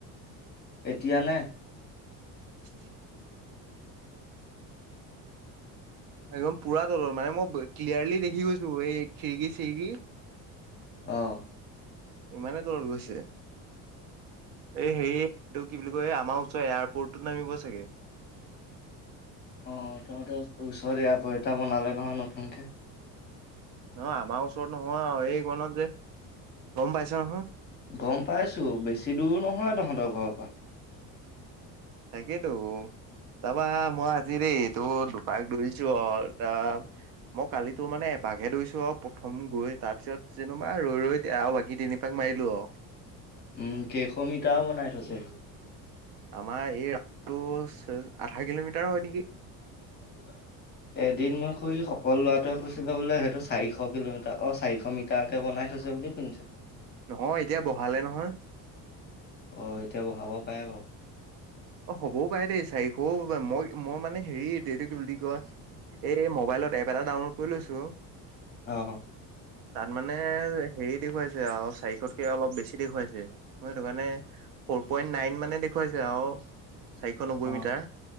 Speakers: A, on the left; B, on the right.
A: এতিয়ানে
B: <inaudible> একদম পুৰা তলৰ মানে মই ক্লিয়াৰলি দেখি গৈছো এই খিৰিকি চিৰিকি।
A: আহ
B: ইমানেই তলত গৈছে এই হে এইটো কি বুলি কয় আমাৰ ওচৰ এয়াৰপৰ্টত নামিব চাগে
A: আহ তহঁতেৰ ওচৰ আ প এটা বনালে নহয় নতুনকে
B: ন আমাৰ ওচৰত নহয় আৰু এই কনত যে গম পাইছা নহয়।
A: গম পাইছো বেছি দূৰ নহয় তহঁতৰ ঘৰৰ পৰা
B: তাকেইটো তাবা মই আজিৰে এইটো দুপাক ধৰিছো অ ত মই কালিতো মানে <unintelligible> বাঘে ধইছো আৰু প্ৰথম গৈ তাৰ পিছত যেনোবা ৰৈ ৰৈ আৰু বাকী তিনিপাক মাৰিলো আৰু
A: উম কেশমিতাও বনাই থৈছে
B: আমাৰ এই ৰাটো চ আধা কিলোমিটাৰ হয় নেকি
A: উ এদিন মই খুৰি সকল ল'ৰাটোৱে কৈছিলো বোলে সেইটো চাৰিশ কিলোমিটাৰ অ চাৰিশ মিটাৰকে বনাই চাব বুলি শুনিছোঁ <unintelligible> <unintelligible>
B: নহয় এতিয়া বহালে নহয়।
A: আহ এতিয়া বহাব পাৰে বাৰু
B: অ হ'বও পাৰে দেই চাৰিশও হ'ব পাৰে মই মই মানে হেৰি এইটো কি বুলি কয় এই মোবাইলত এপ এটা ডাউনলোড কৰি লৈছো
A: আহ
B: তাত মানে হেৰি দেখুৱাইছে আউ চাৰিকতকে অলপ বেছি দেখুৱাইছে ম সেইটো কাৰণে ফ'ৰ পইণ্ট নাইন মানে দেখুৱাইছে আৰু চাৰিশ নব্বৈ
A: অ
B: মিটাৰ